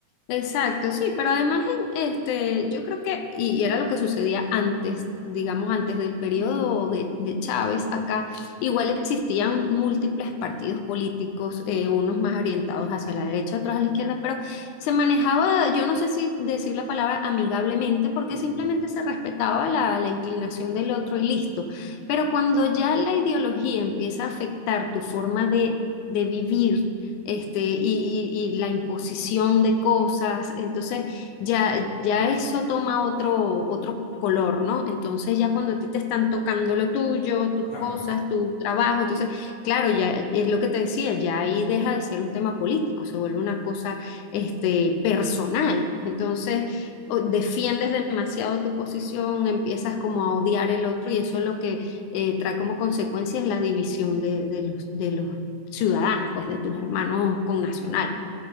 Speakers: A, on the left; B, on the left.
A: Exacto, sí, pero además en- este, yo creo que, y y era lo que sucedía antes, digamos, antes del periodo de, de Chávez acá,
B: Sí,
A: igual existían múltiples partidos políticos, eh, unos más orientados hacia la derecha, otros a la izquierda, pero se manejaba, yo no sé si decir la palabra amigablemente, porque
B: sí,
A: simplemente se respetaba la, la inclinación del otro y listo. Pero cuando ya la ideología empieza a afectar tu forma de... de vivir este, y, y- y la imposición de cosas. Entonces, ya, ya eso toma otro, otro color, ¿no? Entonces, ya cuando a ti te están tocando lo tuyo, tus
B: claro.
A: cosas, tu trabajo, entonces, claro, ya es lo que te decía, ya ahí deja de ser un tema político, se vuelve una cosa, este, personal. Entonces, o- defiendes demasiado tu posición, empiezas como a odiar el otro y eso es lo que eh, trae como consecuencia es la división de, de los, de los ciudadanos, pues de tus hermanos connacionales.